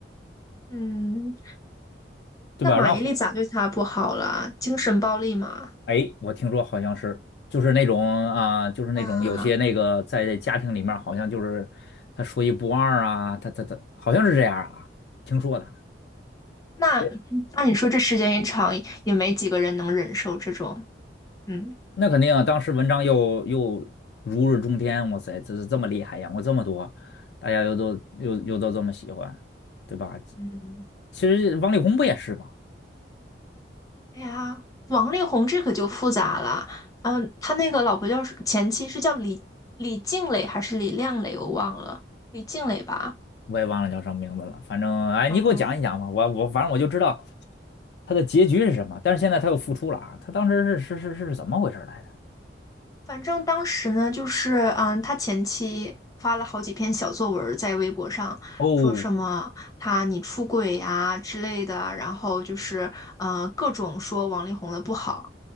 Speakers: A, on the left; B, on the left.
A: 嗯，
B: 对吧？
A: 那马伊琍咋对他不好了？
B: 然后火，
A: 精神暴力嘛？
B: 哎，我听说好像是就是那种啊、就是那种有些那个在家庭里面好像就是他说一不二啊，
A: 啊，
B: 他他他好像是这样啊，听说的。
A: 那那你说这时间一长，
B: 也
A: 也没几个人能忍受这种，嗯
B: 那肯定啊，当时文章又又如日中天，哇塞，这是这么厉害，演过这么多，大家又都又又都这么喜欢，对吧？
A: 嗯，
B: 其实王力宏不也是吗？
A: 哎呀，王力宏这可就复杂了，嗯，他那个老婆叫前妻是叫李李静蕾还是李亮蕾，我忘了，李静蕾吧。
B: 我也忘了叫什么名字了，反正哎，你给我讲一讲吧，
A: 嗯，
B: 我我反正我就知道他的结局是什么，但是现在他又复出了啊，他当时是是是是怎么回事来着？
A: 反正当时呢，就是嗯，他前妻发了好几篇小作文儿在微博上，
B: 哦，
A: 说什么他你出轨呀、之类的，然后就是呃各种说王力宏的不好。